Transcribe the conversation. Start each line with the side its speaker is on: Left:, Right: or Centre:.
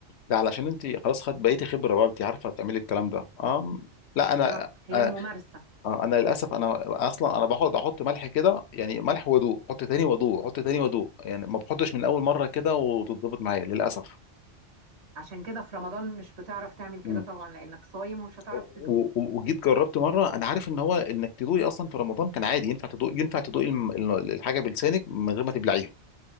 Left: ده علشان انت خلاص خدت بقيتي خبره بقى انت عارفه تعملي الكلام ده اه لا
Right: بالظبط
Left: انا
Right: هي
Left: انا
Right: الممارسه
Left: آه، أنا للاسف انا اصلا انا بقعد احط ملح كده يعني ملح وضوء احط تاني وضوء احط تاني وضوء يعني ما بحطش من اول مره كده وتتظبط معايا للاسف
Right: عشان كده في رمضان مش بتعرف تعمل كده
Left: مم.
Right: طبعا لانك صايم ومش هتعرف
Left: و-
Right: تدوق
Left: و- وجيت جربت مره انا عارف ان هو انك تدوقي اصلا في رمضان كان عادي ينفع تدوقي ينفع تدوقي الم- ال- الحاجه بلسانك من غير ما تبلعيها